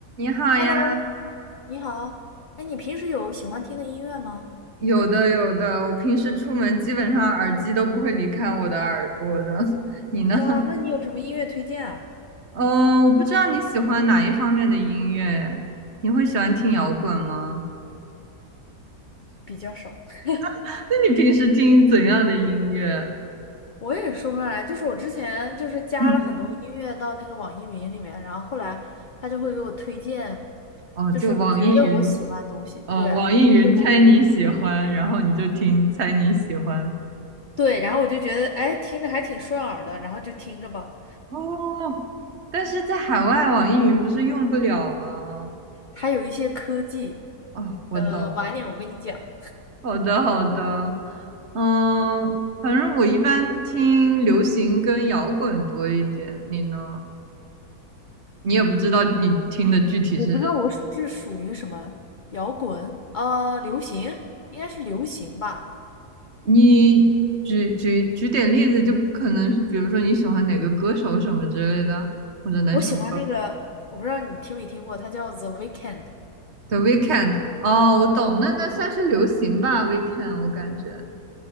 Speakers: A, on the right; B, on the left.
A: 你好呀，
B: Hello，你好。哎，你平时有喜欢听的音乐吗？
A: 有的有的，我平时出门基本上耳机都不会离开我的耳朵的。<laughs> 你呢？
B: 哇，
A: <laughs>
B: 那你有什么音乐推荐啊？
A: 嗯，我不知道你喜欢哪一方面的音乐，你会喜欢听摇滚吗？
B: 比较少。<laughs>
A: <laughs> 那你平时听怎样的音乐？
B: 我也说不上来，就是我之前就是加了很多音乐到那个网易云里面，
A: 嗯，
B: 然后后来他就会给我推荐，
A: 哦，
B: 就是觉得我喜欢的东西。
A: 就网易云，哦，
B: 对啊，
A: 网易云猜你喜欢，
B: 觉得我
A: 然后你就听猜你喜欢。
B: 对，然后我就觉得，哎，听着还挺顺耳的，然后就听着吧。
A: 哦，但是在海外网易云不是用不了吗？
B: 它有一些科技，
A: 哦，我懂了。
B: 呃，晚点我跟你讲。
A: 好的，好的，嗯，反正我一般听流行跟摇滚多一点，你呢？你也不知道你听的具体是，
B: 我不知道我是这属于什么摇滚，呃，流行，应该是流行吧。
A: 你举举举点例子，就可能是比如说你喜欢哪个歌手什么之类的，或者哪首歌
B: 我喜欢那个，我不知道你听没听过，他叫 The Weeknd e。
A: ？The Weeknd，哦，我懂，那那算是流行吧，Weeknd，我感觉，